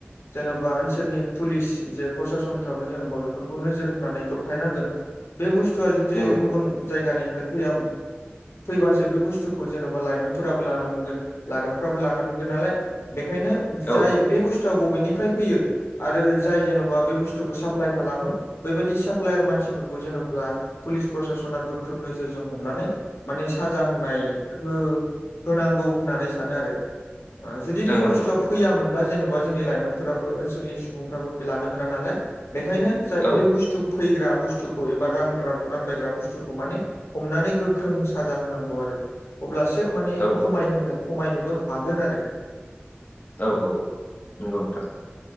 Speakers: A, on the left; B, on the left.
A: जेन'बा ओनसोलनि पुलिस जे प्रससनफ्राबो जेनेबा बेफोरखौ नोजोर होनानै दबथाय नांगोन। बे बुस्थुआ जुदि
B: नंगौ नंगौ
A: गुबुन जायगानिफ्राय फैया फैबासो बे बुस्थुखौ जेन'बा लाइमोनफोराबो लानो मोनगोन लाग्राफ्राबो लानो मोनगोन नालाय। बेखायनो जाय
B: औ
A: बे बुस्थुआ बबेनिफ्राय फैयो आरो जाय जेन'बा बे बुस्थुखौ साप्लाय खालामो बेबायदि साप्लायार मानसिफोरखौ जेन'बा पुलिस प्रसासना गोख्रों नोजोरजों हमनानै माने साजा होनाय हो होनांगौ होननानै सानो आरो। जुदि
B: नंगौ
A: बे बस्थु
B: नंगौ
A: फैयामोनब्ला जेन'बा जोंनि लाइमोनफोराबो ओनसोलनि सुबुंफ्राबो लानो मोना नालाय बेखायनो जाय
B: औ
A: बे बुस्थु फैग्रा बुस्थुखौ एबा रान रानबायग्रा बुस्थुखौ माने हमनानै गोख्रों साजा होनांगौ आरो। अब्लासो माने
B: औ
A: खमायहोनो खमायनोबो हागोन आरो।
B: औ औ। नोंगौ नोंथां।